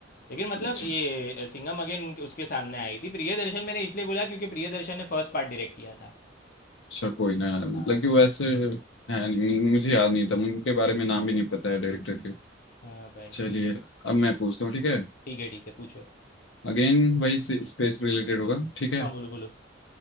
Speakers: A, on the left; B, on the left.
A: लेकिन मतलब
B: अच्छा
A: ये सिंघम अगेन उसके सामने आई थी प्रियदर्शन मैंने इसलिए बोला क्योंकि प्रियदर्शन ने फर्स्ट पार्ट डायरेक्ट किया था
B: अच्छा कोई ना यार, मतलब
A: हाँ
B: कि वैसे है नहीं मु- मुझे याद नहीं था उनके बारे में नाम भी नहीं पता है डायरेक्टर के
A: हाँ भाई
B: चलिए अब मैं पूछता हूँ ठीक है
A: ठीक है ठीक है पूछो
B: अगेन वही स्पेस रिलेटेड होगा ठीक है
A: हाँ बोलो बोलो